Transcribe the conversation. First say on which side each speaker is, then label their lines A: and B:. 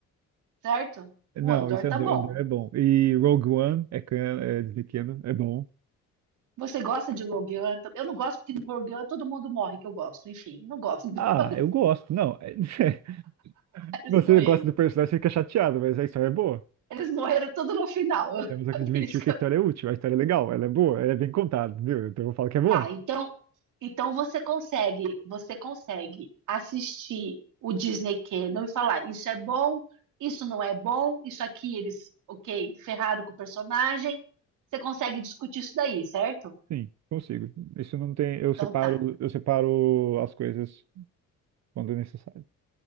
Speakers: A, on the right; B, on the right.
A: certo?
B: Não,
A: O Andor
B: isso
A: tá
B: é Andor,
A: bom.
B: Andor é bom. E Rogue One é, can- é de pequeno, é bom.
A: Você gosta de Rogue One? Eu não gosto porque no Rogue One todo mundo morre que eu gosto. Enfim, não gosto. <laughs>
B: Ah, eu gosto. Não, é- <laughs>
A: Eles
B: você
A: morreram.
B: gosta do personagem, fica chateado, mas a história é boa.
A: Eles morreram tudo no final. <laughs>
B: Temos
A: Por
B: que admitir
A: isso que
B: que a história é útil, a história é legal, ela é boa, ela é bem contada, entendeu? Então eu falo que é bom.
A: Tá, então, então você consegue, você consegue assistir o Disney Channel e falar, isso é bom, isso não é bom, isso aqui eles, ok, ferraram com o personagem. Você consegue discutir isso daí, certo?
B: Sim, consigo. Isso não tem, eu
A: Então
B: separo,
A: tá.
B: eu separo as coisas quando necessário.